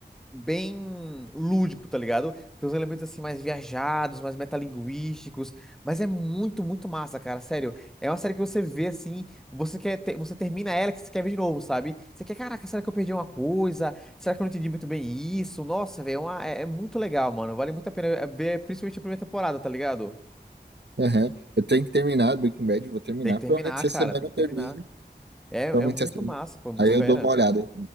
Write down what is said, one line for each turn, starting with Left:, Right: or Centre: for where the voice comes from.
Centre: bem lúdico, tá ligado? Tem uns elementos assim mais viajados, mais metalinguísticos, mas é muito, muito massa, cara, sério. É uma série que você vê assim, você quer ter- você termina ela que você quer ver de novo, sabe? Você quer, caraca, será que eu perdi uma coisa? Será que eu não entendi muito bem isso? Nossa, velho, é, uma- é- é muito legal, mano. Vale muito a pena é, ver, principalmente a primeira temporada, tá ligado?
Right: É, aham. Eu tenho que terminar Breaking Bad, vou terminar.
Centre: Tem que terminar,
Right: Provavelmente
Centre: cara,
Right: essa semana
Centre: tem que
Right: eu termino.
Centre: terminar. É, é
Right: Provavelmente
Centre: muito
Right: essa.
Centre: massa, pô, é muito
Right: Aí eu
Centre: fera.
Right: dou uma olhada.